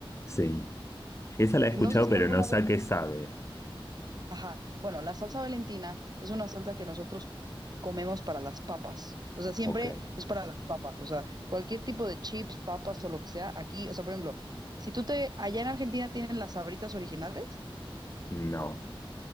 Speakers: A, on the left; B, on the right.
A: Sí. Esa la he
B: que
A: escuchado,
B: No sé si
A: pero
B: alguna
A: no sé
B: vez
A: a qué sabe.
B: Ajá. Bueno, la salsa Valentina es una salsa que nosotros comemos para las papas. O sea, siempre
A: Ok.
B: es para las papas. O sea, cualquier tipo de chips, papas o lo que sea, aquí, o sea, por ejemplo, si tú te, allá en Argentina tienen las Sabritas originales,
A: No.